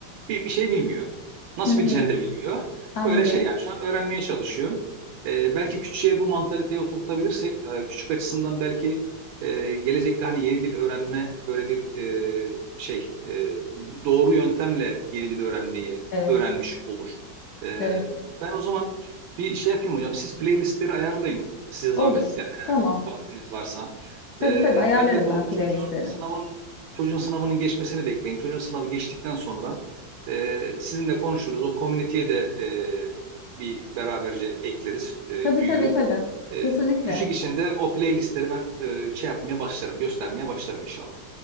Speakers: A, on the right (about 85°); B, on the left (about 70°).
A: bir, bir şey bilmiyor. Nasıl
B: Hı hı,
A: bileceğini de bilmiyor.
B: anladım.
A: Böyle şey yani şu an öğrenmeye çalışıyor. Ee, belki küçüğe bu mantaliteyi oturtabilirsek e, küçük açısından belki e, gelecekte hani yeni dil öğrenme böyle bir e, şey e, doğru yöntemle yeni dil öğrenmeyi
B: Evet.
A: öğrenmiş olur. E,
B: Evet.
A: ben o zaman bir şey yapayım hocam. Siz playlistleri ayarlayın. Size
B: Olur.
A: zahmet yani
B: Tamam.
A: eğer vaktiniz varsa.
B: Tabii
A: E,
B: tabii ayarlarım
A: ben de bu
B: ben playlistleri.
A: çocuğun sınavın çocuğun sınavının geçmesini bekleyeyim. Çocuğun sınavı geçtikten sonra e, sizinle konuşuruz. O komüniteye de e, bir beraberce ekleriz e,
B: Tabii
A: büyüğü.
B: tabii tabii.
A: E,
B: Kesinlikle.
A: küçük içinde o playlistleri ben e, şey yapmaya başlarım, göstermeye başlarım inşallah.